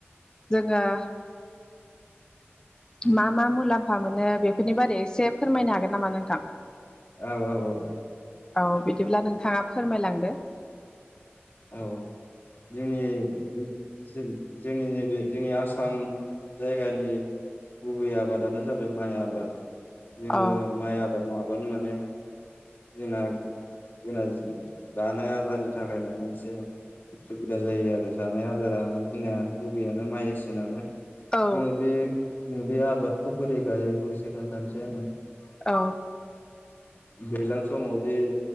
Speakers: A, on the left; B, on the left.
A: जोङो । मा मा मुलाम्फा मोनो बेफोरनि बारै एसे फोरमायनो हागोन नामा नोंथां?
B: औ औ औ ।
A: औ बिदिब्ला नोंथाङा फोरमायलांदो ।
B: औ जोंनि जो । जोंनि नैबे जोंनि आसाम जायगानि । गुबै आबादानो जाबाय माइ आबाद जोङो
A: औ
B: माइ आबाद नंआबा । माने जोंना जोंना जानाय आदारनि थाखाय माने एसे उसुबिदा जायो आरो जानाय आदारा मे जोंना गुबैयानो माइयासो नालाय
A: औ
B: जोङो बे बे आबादखौ बोरै गायोबोसे खोनथानोसै आङो
A: औ
B: <inaudible> दैलां समाव जे